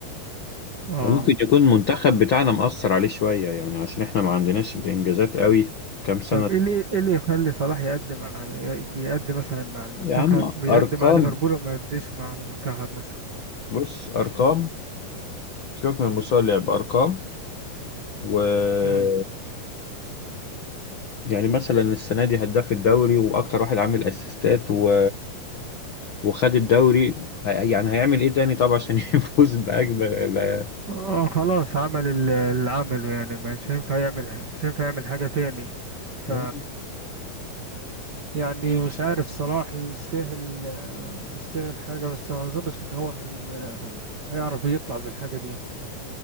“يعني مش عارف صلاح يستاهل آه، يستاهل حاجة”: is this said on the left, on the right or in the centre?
Right